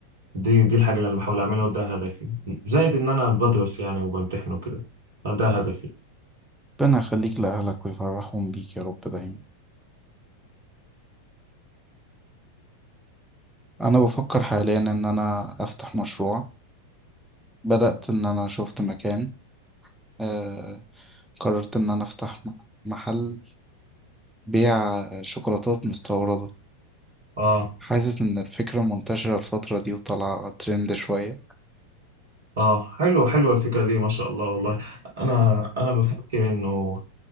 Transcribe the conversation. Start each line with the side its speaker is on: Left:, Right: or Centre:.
Right: دي دي الحاجة اللي انا بحاول اعملها وده هدفي زائد ان انا بدرس يعني وبمتحن وكده فده هدفي
Centre: ربنا يخليك لأهلك ويفرحهم بيك يا رب دايما أنا بفكر حاليا إن أنا أفتح مشروع بدأت إن أنا شفت مكان آه... قررت إن أنا أفتح م- محل بيع شوكولاتات مستوردة
Right: اه
Centre: حاسس إن الفكرة منتشرة الفترة دي وطالعة ترند شوية
Right: اه حلو حلو الفكرة دي ما شاء الله والله انا انا بفكر انه